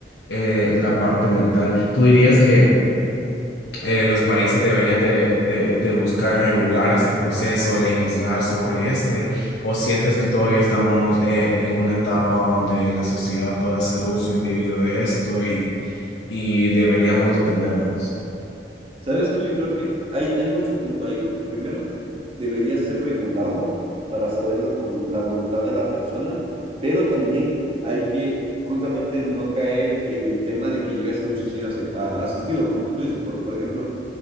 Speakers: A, on the left; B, on the right.
A: eh, la parte mental. ¿Tú dirías que eh, los países deberían de, de- de buscar regular este proceso, legislar sobre este, o sientes que todavía estamos eh, en una etapa donde la sociedad puede hacer uso indebido de esto y, y deberíamos detenernos.
B: Sabes que yo creo que hay, hay mucho punto ahí, porque primero debería ser regulado para saber la, vol- la voluntad de la persona, pero también hay que justamente no caer en el tema de que llegue a ser un suicidio asi- a- asistido, como tú dices, porque por ejemplo,